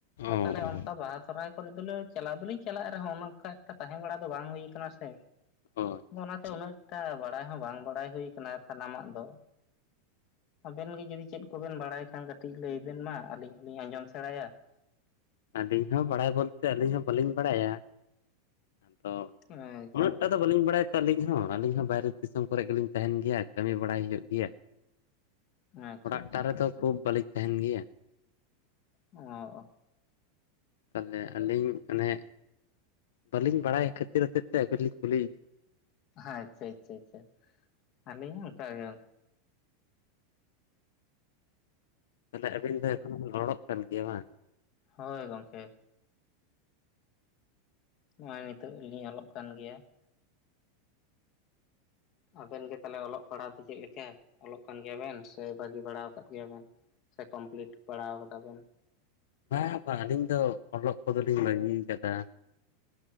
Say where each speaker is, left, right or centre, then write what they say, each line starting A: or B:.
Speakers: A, on the left; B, on the left.
A: ᱚ
B: ᱛᱟᱦᱚᱞᱮ
A: ᱚ
B: ᱚᱱᱠᱟ ᱵᱟᱦᱟ ᱥᱚᱦᱨᱟᱭ ᱯᱚᱨᱮ ᱫᱚᱞᱮ ᱪᱟᱞᱟᱣ ᱫᱚᱞᱤᱧ ᱪᱟᱞᱟᱜ ᱨᱮᱦᱚᱸ ᱚᱱᱮ ᱚᱱᱠᱟ ᱮᱠᱴᱟ ᱛᱟᱦᱮᱸ ᱵᱟᱲᱟ ᱫᱚ ᱵᱟᱝ ᱦᱩᱭ ᱟᱠᱟᱱᱟ ᱥᱮ
A: ᱚ ᱟᱪᱪᱷᱟ
B: ᱚᱱᱟᱛᱮ
A: ᱟᱪᱪᱷᱟ
B: ᱩᱱᱟᱹᱜ ᱴᱟ ᱵᱟᱲᱟᱭ ᱦᱚᱸ ᱵᱟᱝ ᱵᱟᱲᱟᱭ ᱦᱩᱭ ᱠᱟᱱᱟ ᱥᱟᱱᱟᱢᱟᱜ ᱫᱚ ᱾ ᱟᱵᱮᱱ ᱜᱮ ᱡᱩᱫᱤ ᱪᱮᱫ ᱠᱚᱵᱮᱱ ᱵᱟᱲᱟᱭ ᱠᱷᱟᱱ ᱠᱟᱹᱴᱤᱡ ᱞᱟᱹᱭᱵᱮᱱ ᱢᱟ, ᱟᱹᱞᱤᱧ ᱦᱚᱸᱞᱤᱧ ᱟᱸᱡᱚᱢ ᱥᱮᱬᱟᱭᱟ ᱾
A: ᱟᱹᱞᱤᱧ ᱦᱚᱸ ᱵᱟᱲᱟᱭ ᱵᱚᱞᱛᱮ ᱟᱹᱞᱤᱧ ᱦᱚᱸ ᱵᱟᱹᱞᱤᱧ ᱵᱟᱲᱟᱭᱟ, ᱟᱫᱚ
B: ᱚ, ᱟᱪᱪᱷᱟ᱾
A: ᱩᱱᱟᱹᱜ ᱴᱟ ᱫᱚ ᱵᱟᱹᱞᱤᱧ ᱵᱟᱲᱟᱭ ᱮᱛᱮᱫ ᱟᱹᱞᱤᱧ ᱦᱚᱸ ᱟᱹᱞᱤᱧ ᱦᱚᱸ ᱵᱟᱭᱨᱮ ᱫᱤᱥᱚᱢ ᱠᱚᱨᱮᱜ ᱜᱮᱞᱤᱧ ᱛᱟᱦᱮᱸᱱ ᱜᱮᱭᱟ ᱠᱟᱹᱢᱤ ᱵᱟᱲᱟᱭ ᱦᱩᱭᱩᱜ ᱜᱮᱭᱟ ᱾
B: ᱟᱪᱪᱷᱟ
A: ᱚᱲᱟᱜ
B: ᱟᱪᱪᱷᱟ
A: ᱴᱟ ᱨᱮᱫᱚ ᱠᱷᱩᱵᱽ ᱵᱟᱹᱞᱤᱧ ᱛᱟᱦᱮᱸᱱ ᱜᱮᱭᱟ᱾
B: ᱚᱻ ᱚᱻ
A: ᱛᱟᱦᱚᱞᱮ ᱟᱹᱞᱤᱧ ᱚᱱᱮ ᱵᱟᱹᱞᱤᱧ ᱵᱟᱲᱟᱭ ᱠᱷᱟᱹᱛᱤᱨ ᱛᱮᱥᱮ ᱟᱹᱵᱮᱱ ᱞᱤᱧ ᱠᱩᱞᱤᱭ
B: ᱟᱪᱪᱷᱟ ᱟᱪᱪᱷᱟ ᱟᱪᱪᱷᱟ, ᱟᱹᱞᱤᱧ ᱦᱚᱸ ᱚᱱᱠᱟ ᱜᱮ
A: ᱛᱟᱦᱚᱞᱮ ᱟᱹᱵᱤᱱ ᱫᱚ ᱮᱠᱷᱱ ᱦᱚ ᱵᱤᱱ ᱚᱞᱚᱜ ᱠᱟᱱ ᱜᱮᱭᱟ ᱵᱟᱝ?
B: ᱦᱳᱭ ᱜᱚᱢᱠᱮ ᱾ ᱱᱚᱜᱼᱚᱭ ᱱᱤᱛᱚᱜ ᱞᱤᱧ ᱚᱞᱚᱜ ᱠᱟᱱ ᱜᱮᱭᱟ ᱾ ᱟᱹᱵᱮᱱ ᱜᱮ ᱛᱟᱦᱚᱞᱮ ᱚᱞᱚᱜ ᱯᱟᱲᱦᱟᱣ ᱫᱚ ᱪᱮᱫ ᱞᱮᱠᱟ? ᱚᱞᱚᱜ ᱠᱟᱱ ᱜᱮᱭᱟᱵᱮᱱ ᱥᱮ ᱵᱟᱹᱜᱤ ᱵᱟᱲᱟ ᱟᱠᱟᱫ ᱜᱮᱭᱟ ᱵᱮᱱ ᱥᱮ ᱠᱚᱢᱯᱞᱤᱴ ᱵᱟᱲᱟᱣ ᱠᱟ ᱫᱟᱵᱤᱱ?
A: ᱵᱟᱝ ᱵᱟᱝ ᱟᱹᱞᱤᱧ ᱫᱚ ᱚᱞᱚᱜ ᱠᱚᱫᱚᱞᱤᱧ ᱵᱟᱹᱜᱤᱭ ᱟᱠᱟᱫᱟ ᱾